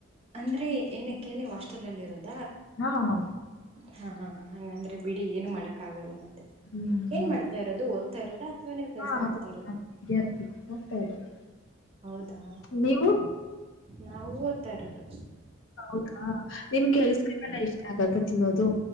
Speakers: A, on the right (about 30°); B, on the left (about 70°).
A: ಅಂದ್ರೆ ಏನಕ್ಕೇ ನೀವ್ ಹಾಸ್ಟೆಲ್ ಅಲ್ಲಿ ಇರೋದು.
B: ಹಾ ಹೌ.
A: ಹಾ ಹಾ ಹಂಗಂದ್ರೆ ಬಿಡಿ ಏನು ಮಾಡಕ್ ಆಗಲ್ಲ ಮತ್ತೆ
B: ಹ್ಮ್
A: ಏನ್
B: ಹೌದು
A: ಮಾಡ್ತಾ ಇರದು ಓದ್ತಾ ಇರೋದು. ತ ನೀವು ಕೆಲ್ಸ
B: ಹಾ
A: ಮಾಡ್ತಾ
B: ಹೌದಾ
A: ಇರೋದು.
B: ವಿದ್ಯಾರ್ಥಿ ಹೋಗ್ತಾ ಇರೋದು.
A: ಹೌದಾ
B: ನೀವು?
A: ನಾವು ಓದ್ತಾ ಇರೋದು.
B: ಹೌದಾ ನಿಮ್ಗೆ ಐಸ್ ಕ್ರೀಮ್ ಎಲ್ಲಾ ಇಷ್ಟ ಆಗತ್ತ ತಿನ್ನೋದು.